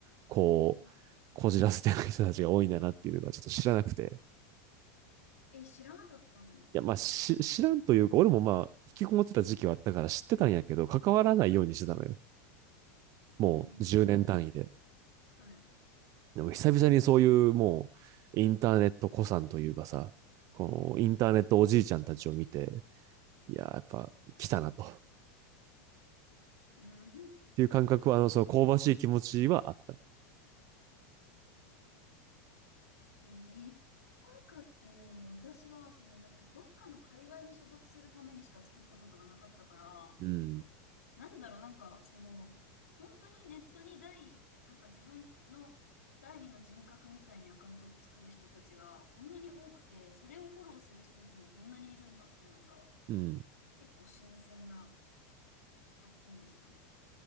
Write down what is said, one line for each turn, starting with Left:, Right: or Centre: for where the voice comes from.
Right: こう、
Left: うん、
Right: こじらせてる人たちが多いんだなっていうのがちょっと知らなくて。
Left: え、知らなかったんですか
Right: いやまあし知らんというか、俺もまあ引きこもってた時期はあったから知ってたんやけど、関わらないようにしてたのよ。もう10年単位で。
Left: うんうんうん。はい。
Right: でも久々にそういうもうインターネット子さんというかさ、このインターネットおじいちゃんたちを見て、いやー、やっぱ来たなと。っ
Left: うん。<laughs>
Right: ていう感覚は、あの、その香ばしい気持ちはあった。
Left: いや、ネットワーカーっていうのを私は、そのなんかどっかの界隈に所属するためにしか作ったことがなかったから、
Right: うん。
Left: なんだろう、なんか、その、本当にネットに第、なんか自分の第二の人格みたいにアカウントを作る人たちがこんなに多くて、それをフォローする人たちもこんなにいるんだっていうのが、
Right: うん。
Left: 結構新鮮な発見でしたね。